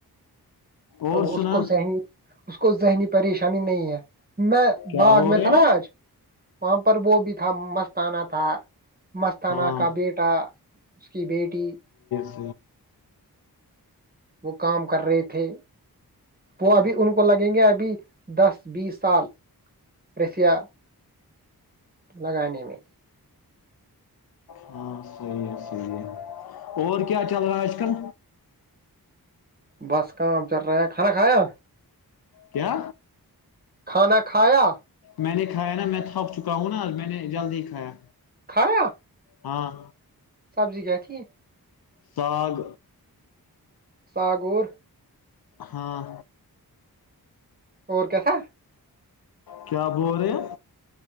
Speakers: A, on the right (about 25°); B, on the left (about 75°).
A: تو
B: اور
A: اس
B: سنا
A: کو ذہنی اس کو ذہنی پریش پریشانی نہیں ہے میں
B: کیا
A: باغ
B: بول
A: میں
B: رہے
A: تھا نا
B: ہو
A: آج وہاں پر وہ بھی تھا مست آنا تھا مستانہ
B: ہاں
A: کا بیٹا اس کی بیٹی
B: جی ہے
A: وہ کام کر رہے تھے وہ ابھی
B: ہاں
A: ان کو لگیں گے ابھی دس بیس سال رسیہ لگانے میں
B: ہاں صحی ہے سحی ہے اور کیا چل رہا ہے آج کل
A: بس کام چل رہا ہے کھانا کھایا
B: کیا
A: کھانا کھایا
B: میں نے کایا نا میں تھک چکا ہوں نا میں نے جلد ہی کھایا
A: کھ رہےا
B: ہاں
A: سبزی گ تھی
B: ساگ
A: ساگور
B: ہاں
A: اور کیسا
B: کیا بول رہے